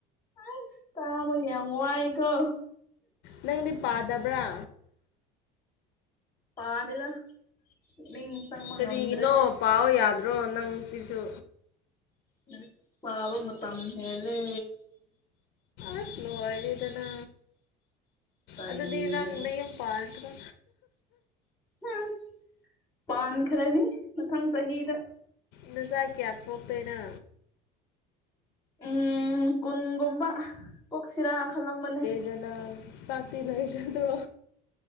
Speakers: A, on the left (about 20°); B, on the left (about 65°).
A: ꯑꯁ ꯇꯥꯕ ꯌꯥꯝ ꯋꯥꯏꯀꯣ
B: ꯅꯪꯗꯤ ꯄꯥꯗꯕ꯭ꯔꯥ
A: ꯄꯥꯗꯦꯗ ꯄꯨꯛꯅꯤꯡ ꯆꯪꯕ
B: ꯀꯔꯤꯒꯤꯅꯣ
A: ꯉꯝꯗ꯭ꯔꯦ
B: ꯄꯥꯎ ꯌꯥꯗ꯭ꯔꯣ ꯅꯪ ꯁꯤꯁꯨ
A: ꯂꯥꯔꯤꯛ ꯄꯥꯕ ꯃꯇꯝ ꯍꯦꯜꯂꯦ
B: ꯑꯁ ꯂꯣꯏꯔꯦꯗꯅ
A: ꯀꯔꯤꯅꯣ
B: ꯑꯗꯨꯗꯤ ꯅꯪ ꯅꯌꯨꯝ ꯄꯥꯟꯈꯔꯣ
A: ꯍꯝ ꯄꯥꯟꯈ꯭ꯔꯅꯤ ꯃꯊꯪ ꯆꯍꯤꯗ
B: ꯅꯖꯥ ꯀꯌꯥ ꯄꯣꯛꯇꯣꯏꯅꯣ
A: ꯎꯝ ꯀꯨꯟꯒꯨꯝꯕ ꯄꯣꯛꯁꯤꯔꯥ ꯈꯜꯂꯝꯕꯅꯦ
B: ꯑꯗꯨ ꯅꯪ ꯁꯥꯥꯛꯇꯤ ꯅꯩꯒꯗ꯭ꯔꯣ